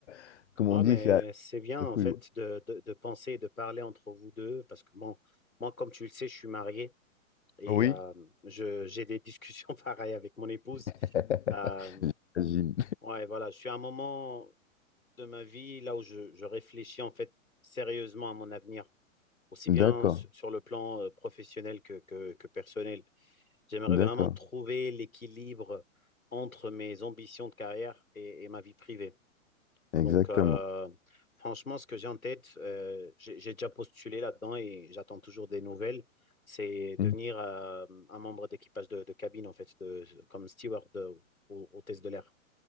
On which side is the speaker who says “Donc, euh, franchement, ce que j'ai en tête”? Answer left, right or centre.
Left